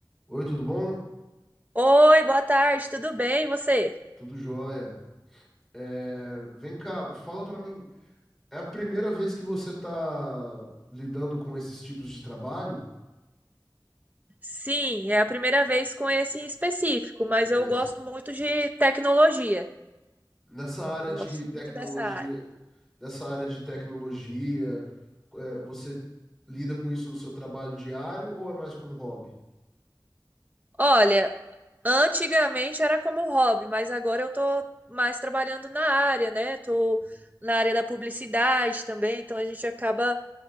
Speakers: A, in the centre; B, on the right.
A: Oi, tudo bom?
B: Oi, boa tarde, tudo bem? E você?
A: Tudo jóia. É, vem cá, fala pra mim, é a primeira vez que você tá lidando com esses tipos de trabalho?
B: Sim, é a primeira vez com esse em específico, mas
A: Com
B: eu
A: esse?
B: gosto muito de tecnologia.
A: Nessa área
B: Gosto
A: de tecnologia,
B: muito dessa área.
A: nessa área de tecnologia, é, você lida com isso no seu trabalho diário ou é mais como hobby?
B: Olha, antigamente era como hobby, mas agora eu tô mais trabalhando na área, né? Tô
A: Uhum.
B: na área da publicidade também, então a gente acaba